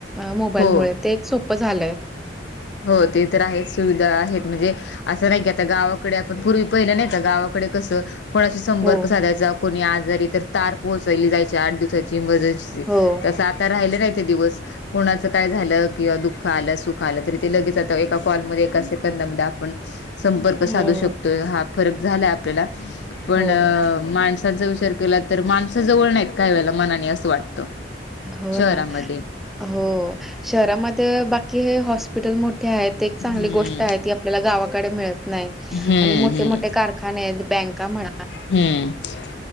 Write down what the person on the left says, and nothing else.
हो
हो ते तर आहेत सुविधा आहेत. म्हणजे.... असं नाही की आता गावाकडे आपण पूर्वी पहिलं नाही तर गावाकडे कसं..... कोणाशी संपर्क
साधायचा कोणी आजारी तर तार पोहोचयली जायचे, आठ दिवसाची मज...
तस आता राहिलं नाही. दिवस कोणाच काय झालं किंवा दुःख आलं सुख आलं तरी.... ते लगेच आ एका कॉलमध्ये एका सेकंदामध्ये आपण संपर्क
साधू शकतोय. हा.... फरक झाला आहे. आपल्याला पण.....
माणसांचा विचार केला. तर माणसा जवळ नाहीत काही वेळेला मनाने असं वाटतं.....
शहरामध्ये
हम्म
हम्म
हम्म
हम्म